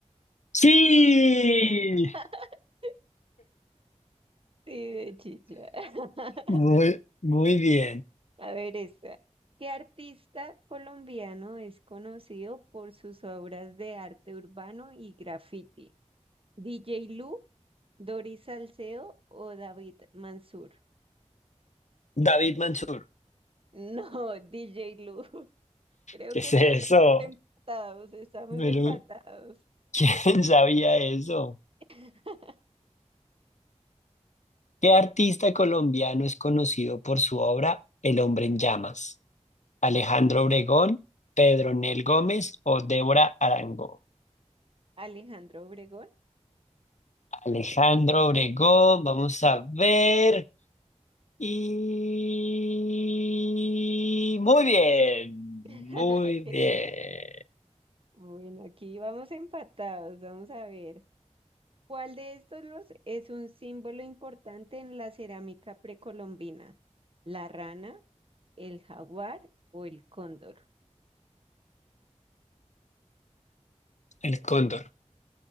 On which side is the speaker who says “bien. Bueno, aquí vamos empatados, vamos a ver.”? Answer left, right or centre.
Right